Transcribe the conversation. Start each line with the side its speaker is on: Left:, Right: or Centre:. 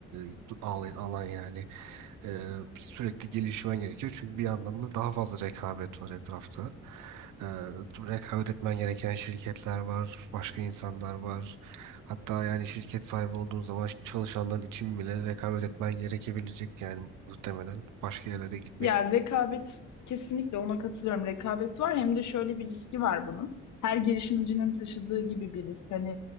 Right: e, alan alan yani E, sürekli gelişmen gerekiyor çünkü bir yandan da daha fazla rekabet var etrafta. E, rekabet etmen gereken şirketler var, başka insanlar var. Hatta yani şirket sahibi olduğun zaman çalışanların için bile rekabet etmen gerekebilecek yani muhtemelen başka yerlere gitmek.
Left: Ya rekabet kesinlikle ona katılıyorum. Rekabet var hem de şöyle bir riski var bunun. Her girişimcinin taşıdığı gibi bir risk. Hani